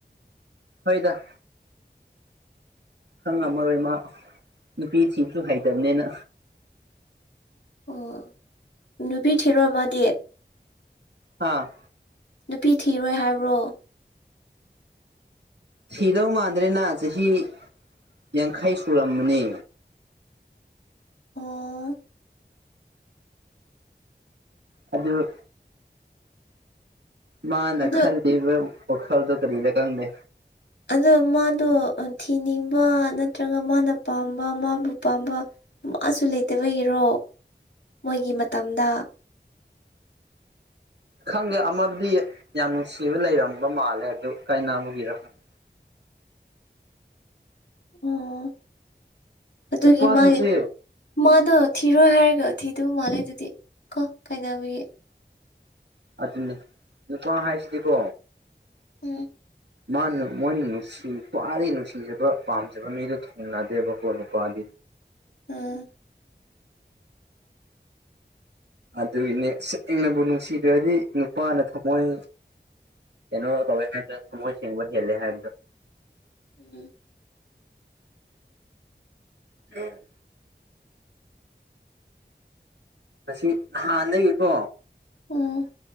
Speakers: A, on the right (about 80°); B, on the left (about 75°).
A: ꯍꯣꯏꯗ ꯈꯪꯉꯝꯃꯔꯣꯏ ꯃꯥ ꯅꯨꯄꯤ ꯊꯤꯕꯁꯨ ꯍꯩꯇꯕꯅꯦꯅ
B: ꯑꯣ ꯅꯨꯄꯤ ꯊꯤꯔꯣ ꯃꯥꯗꯤ
A: ꯍꯥꯥ
B: ꯅꯨꯄꯤ ꯊꯤꯔꯣꯏ ꯍꯥꯏꯕ꯭ꯔꯣ
A: ꯊꯤꯗꯧ ꯃꯥꯟꯗ꯭ꯔꯦꯅ ꯆꯍꯤ ꯌꯥꯡꯈꯩ ꯁꯨꯔꯃꯅꯤ
B: ꯑꯣ
A: ꯑꯗꯨ ꯃꯥꯅ
B: ꯑꯗꯨ
A: ꯈꯟꯕ ꯋꯥꯈꯜꯗꯣ ꯀꯔꯤꯗ ꯈꯪꯗꯦ
B: ꯑꯗꯣ ꯃꯥꯗꯣ ꯊꯤꯅꯤꯡꯕ ꯅꯠꯇ꯭ꯔꯒ ꯃꯥꯅ ꯄꯥꯝꯕ ꯃꯥꯕꯨ ꯄꯥꯝꯕ ꯃꯥꯁꯨ ꯂꯩꯇꯕꯒꯤꯔꯣ ꯃꯣꯏꯒꯤ ꯃꯇꯝꯗ
A: ꯈꯪꯗꯦ ꯑꯃꯗꯤ ꯌꯥꯝ ꯅꯨꯡꯁꯤꯕ ꯂꯩꯔꯝꯕ ꯃꯥꯜꯂꯦ ꯑꯗꯨ ꯀꯥꯏꯅꯕꯒꯤꯔ ꯈꯪꯗꯦ
B: ꯑꯣ ꯑꯗꯨꯒꯤ
A: ꯅꯨꯄꯥꯁꯤꯡꯁꯦ
B: ꯃꯥꯒꯤ ꯃꯥꯗꯣ ꯊꯤꯔꯣꯏ ꯍꯥꯏꯔꯒ ꯊꯤꯗꯕ ꯃꯥꯜꯂꯦ ꯑꯗꯨꯗꯤ ꯀꯣ ꯀꯥꯏꯅꯕꯒꯤ
A: ꯑꯗꯨꯅꯤ ꯅꯨꯄꯥ ꯍꯥꯏꯁꯤꯗꯤꯀꯣ
B: ꯎꯝ
A: ꯃꯥꯅ ꯃꯣꯏꯅ ꯅꯨꯡꯁꯤ ꯈ꯭ꯋꯥꯏꯗꯒꯤ ꯅꯨꯡꯁꯤꯖꯕ ꯄꯥꯝꯖꯕ ꯃꯤꯗꯨ ꯊꯨꯡꯅꯗꯦꯕꯀꯣ ꯅꯨꯄꯥꯗꯤ
B: ꯎꯝ
A: ꯑꯗꯨꯒꯤꯅꯦ ꯁꯦꯡꯅꯕꯨ ꯅꯨꯡꯁꯤꯗ꯭ꯔꯗꯤ ꯅꯨꯄꯥꯅ ꯊꯝꯃꯣꯏ ꯀꯩꯅꯣ ꯇꯧꯋꯦ ꯍꯥꯏ ꯊꯃꯣꯏ ꯁꯦꯡꯕ ꯍꯦꯂꯦ ꯍꯥꯏꯗ
B: ꯎꯝ
A: ꯎꯝ ꯑꯁ ꯃꯁꯤ ꯅꯍꯥꯟꯗꯒꯤꯀꯣ
B: ꯑꯝ